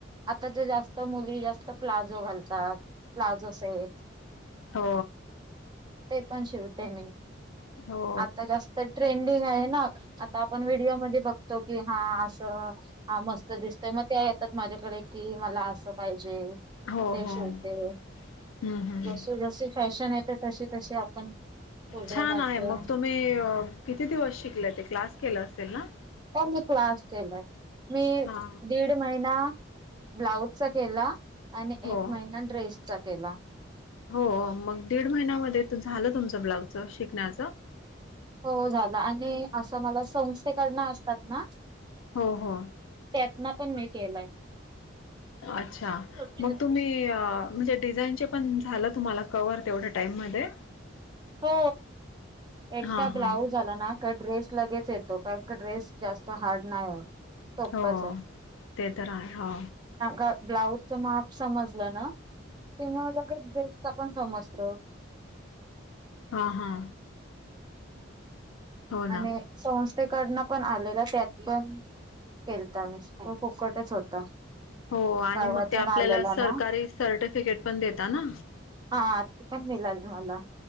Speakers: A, on the right (about 20°); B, on the left (about 85°).
A: आताच्या जास्त मुली जास्त प्लाजो घालतात प्लाझोस आहेतेत
B: हो
A: ते पण शिवते मी
B: हो
A: आता जास्त तर ट्रेंडिंग आहे ना आ आपण व्हिडिओमध्ये बघतो की हा अस हा मस्त दिसतय मग त्या येतात माझ्याकडे कि मला असं पाहिजे.
B: हो
A: मग ते
B: हो
A: शिवते
B: हम्म हम्म
A: जस जशी फॅशन येत तशी तशी आपण पुढे
B: छान
A: जातो
B: आहे मग तुम्ही किती दिवस शिकले ते क्लास केला असेल ना?
A: हो मी क्लास केलाय मी दीड
B: हा
A: दीड महिना ब्लाउजचा केला आणि
B: हो
A: एक महिना ड्रेसचा केला.
B: हो मग दीड महिन्यामध्ये झालं तुमचं ब्लाउजच शिकण्याचं?
A: हो झालं आणि असं मला संस्थेकडून असतात ना
B: हो हो
A: त्यातना पण मी केलाय
B: अच्छा
A: छोटी
B: मग
A: दूध
B: तुम्ही
A: पिशवी
B: म्हणजे डिझाईनचे पण झालं तुम्हाला कव्हर तेवढ्या टाईममध्ये
A: हो एकदा
B: हां
A: ब्लाउज
B: हां
A: झाला ना का ड्रेस लगेच येतो कारण का ड्रेस जास्त हार्ड नाही आहे सोप्पाच
B: हो ते तर आहे हो
A: ब्लाऊजच माप समजलं ना? तेव्हा लगच ड्रेसच पण समजतो.
B: हा हा. हो ना
A: आणि संस्थेकडन पण आलेला त्यात पण केलता मी फुकटच होता.
B: हो आणि
A: गावातून
B: मग ते आपल्याला
A: आलेला
B: सरकारी
A: ना
B: सर्टिफिकेट पण देता ना?
A: हा ते पण मिळाल मला.